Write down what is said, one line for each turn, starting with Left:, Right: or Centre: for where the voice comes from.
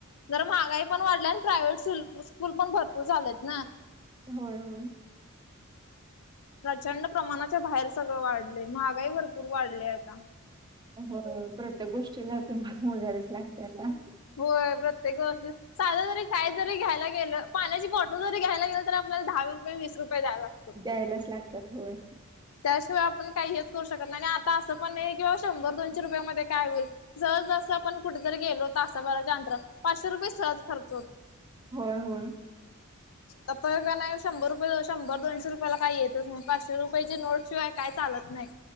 Left: जरा महागाई पण वाढल्या आणि प्रायव्हेट स्कू स्कूल पण भरपूर झालेत ना.
Right: होय होय.
Left: प्रचंड प्रमाणाच्या बाहेर सगळं वाढलय महागाई भरपूर वाढलय आता.
Right: हो. प्रत्येक गोष्टीला तुम्हा मोजायलाच लागतय आता.
Left: होय प्रत्येक गोष्टी साधं जरी काय जरी घ्यायला गेलं पाण्याची बॉ जरी घ्यायला गेल तर आपल्याला दहा रुपय, वीस रुपय द्याय लागत.
Right: द्यायलाच लागतात होय.
Left: त्याशिवाय आपण काहीच हेच करू शकत नाही आणि आता असं पण नाही किंवा शंभर दोनशे रुपया मध्ये काय होईल. सहज जस आपण कुठेतरी गेलो तासाभराच्या अंतर पाचशे रुपये सहज खर्च हो
Right: होय होय.
Left: अता का नाही शंभर रुपय शंभर दोनशे रुपयाला काही येतच नाही पाचशे हिजे नोट शिवाय काय चालत नाही.